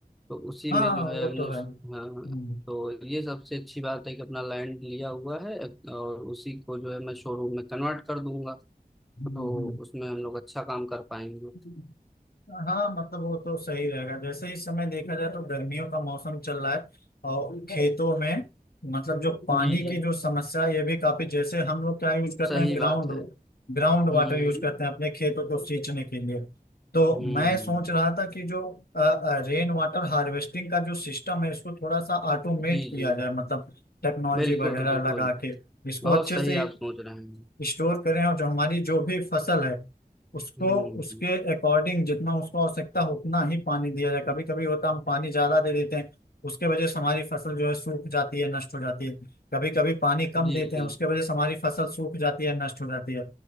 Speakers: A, in the centre; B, on the left.
A: तो उसी
B: हाँ
A: में जो है
B: वो
A: हमने
B: तो है हम्म,
A: हाँ तो ये सबसे अच्छी बात है कि अपना लैंड लिया हुआ है और उसी को जो है मैं शोरूम में कन्वर्ट कर दूंगा
B: हम्म,
A: तो उसमें हम लोग अच्छा काम कर पाएंगे
B: हम्म। हाँ मतलब वो तो सही रहेगा जैसे इस समय देखा जाए तो गर्मियों का मौसम चल रहा है और खेतों में मतलब जो पानी
A: जी जी
B: की जो समस्या है ये भी काफी जैसे हम लोग क्या यूज करते
A: सही
B: हैं ग्राउंड
A: बात है
B: ग्राउंड
A: हम्म
B: वाटर यूज
A: हम्म
B: करते हैं अपने खेतों को सींचने के लिए तो
A: हम्म
B: मैं सोच रहा था कि जो रेन वाटर हार्वेस्टिंग का जो सिस्टम है इसको थोड़ा सा ऑटोमेट
A: जी
B: किया
A: जी
B: जाए मतलब टेक्नोलॉजी
A: बिल्कुल
B: वगैरह
A: बिल्कुल
B: लगा के इसको
A: बहुत
B: अच्छे
A: सही
B: से
A: आप सोच रहे हैं
B: स्टोर करें और जो हमारी जो भी फसल है उसको
A: हम्म
B: उसके अकॉर्डिंग जितना उसको आवश्यकता उतना ही पानी दिया जाए कभी कभी होता है, हम पानी ज्यादा दे देते हैं उसके वजह से हमारी फसल जो है सूख जाती है नष्ट हो जाती है कभी कभी पानी कम
A: जी
B: देते
A: जी
B: हैं उसके वजह से हमारी फसल सूख जाती है नष्ट हो जाती है